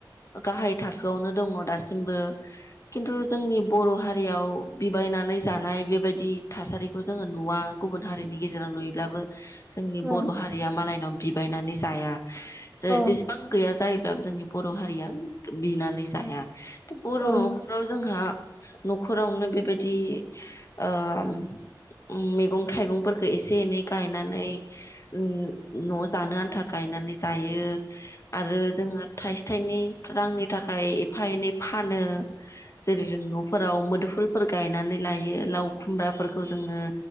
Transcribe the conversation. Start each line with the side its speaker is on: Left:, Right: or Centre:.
Left: गाहाय थाखोआवनो दङ दासिमबो। किन्तु जोंनि बर' हारियाव बिबायनानै जानाय बेबायदि थासारि खौ जोङो नुवा गुबुन हारिनि गेजेराव नुयोब्लाबो जोंनि
Centre: औ
Left: बर' हारिया मालायनाव बिबायनानै जाया जो
Centre: औ
Left: जेसेबां गैया जायोब्लाबो जोंनि बर' हारिया बिनानै जाया त बर'
Centre: औ
Left: नखर आव जोंहा न'खरावनो बेबायदि ओम उम मेगं थाइगंफोरखो एसे एनै गायनानै ओ न' जानो आन्था गायनानै जायो। आरो जोंङो थाइसे थाइनै रांनि थाखाय एफा एनै फानो। जेरै जों न'फोराव मोदोफुलफोर गायनानै लायो लाव खुमब्राफोरखौ जोंङो